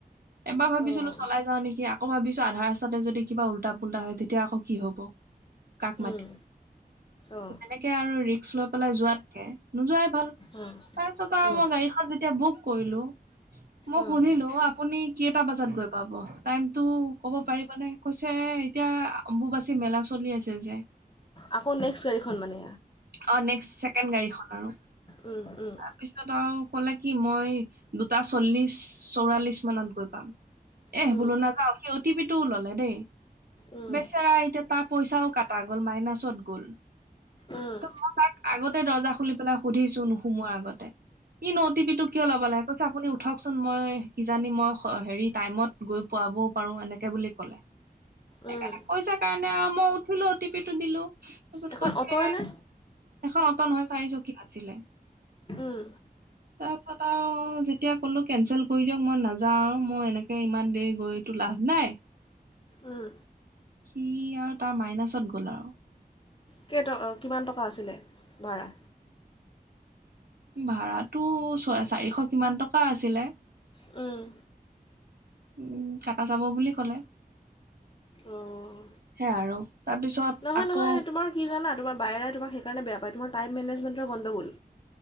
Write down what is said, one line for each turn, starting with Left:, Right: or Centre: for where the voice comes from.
Right: এবাৰ ভাবিছিলো
Left: অঁ
Right: চলাই যাও নেকি, আকৌ ভাবিছো আধা ৰাস্তাতে যদি কিবা উল্টা-পুল্টা হয় তেতিয়া, আকৌ কি হ'ব। কাক
Left: অঁ
Right: মাতি
Left: অঁ
Right: তেনেকে আৰু ৰিস্ক লৈ পেলাই যোৱাতকে নোযোৱাই ভাল তাৰপিছত
Left: অঁ
Right: আৰু
Left: অঁ
Right: মই গাড়ীখন যেতিয়া বুক কৰিলো। মোক
Left: অঁ
Right: সুধিলো আপুনি কেইটা বজাত গৈ পাব, টাইমতটো ক'ব পাৰিব নে? কৈছে এতিয়া অম্বুবাচী মেলা চলি আছে, যে।
Left: আকৌ নেক্সট গাড়ীখন মানে।
Right: অ, নেক্স ছেকেণ্ড গাড়ীখন আৰু।
Left: উম, উম।
Right: তাৰপিছত আৰু ক'লে কি মই দুটা চল্লিশ চৌৰাল্লিশ মানত গৈ পাম। এহ
Left: উম,
Right: বোলো নাযাও, সি অ, টি পি টোও ল'লে দেই।
Left: উম,
Right: বেচেৰা এতিয়া তাৰ পইচাও কটা গ'ল, মাইনাছত গ'ল।
Left: উম,
Right: ত মই তাক আগতে দৰ্জা খুলি পেলাই সুধিছো, নোসুমোৱাৰ আগতে। ই নো অ টি পি টো কিয় ল'ব লাগে, কৈছে আপুনি উঠকচোন মই কি জানি মই স' হেৰি টাইমত গৈ পোৱাবও পাৰো এনেকে বুলি ক'লে। সেইকাৰণে
Left: উম।
Right: কৈছে কাৰণে আৰু মই উঠিলো অটিপি টো দিলো, তাৰপিছত
Left: এখন
Right: কৈছে
Left: অ'টয়নে?
Right: এখন অটো নহয়, চাৰিচকীয়া আছিলে।
Left: উম।
Right: তাৰপিছত আৰু যেতিয়া ক'লো কেনচেল কৰি দিয়ক, মই নাযাওঁ আৰু মই এনেকে ইমান দেৰি গৈ লাভ নাই,
Left: উম।
Right: সি আৰু তাৰ মাইনাছত গ'ল আৰু।
Left: কেইট কিমান টকা আছিলে ভাড়া
Right: ভা়াতো ছয় চাৰিশ কিমান টকা আছিলে
Left: উম
Right: উম কাটা যাব বুলি ক'লে
Left: অঁ।
Right: সে আৰু তাৰপিছত
Left: নহয়
Right: আকৌ
Left: নহয় তোমাৰ কি জানা তোমাৰ বায়েৰাই তোমাক সেইকাৰেয়া পায় তোমাৰ টাইম মেনেজমেণ্টৰ গণ্ডগোল